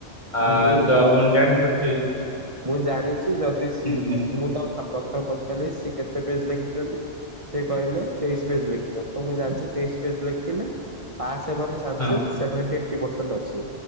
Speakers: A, on the left; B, on the right.
A: ହଁ
B: ମୁଁ
A: ତ ଆପଣ
B: ମୁଁ
A: ଜାଣି ପାରୁଥିବେ।
B: ମୁଁ ଜାଣିଛି ଯଦି ସି,
A: ନିଅ।
B: ମୁଁ ତାକୁ ପ୍ରଥମେ ପଚାରିଲି ସିଏ କେତେ ପେଜ ଲେଖିଛନ୍ତି? ସେ କହିଲେ ତେଇଶ ପେଜ ଲେଖିଛନ୍ତି, ତ ମୁଁ ଜାଣିଛି ତେଇଶ ପେଜ ଲେଖିଲେ ପାସ୍ ହେବାର ଚାନ୍ସେସ
A: ହଁ
B: ସେଭେଣ୍ଟି ଏଇଟି ପର୍ଷେଣ୍ଟ ଅଛି,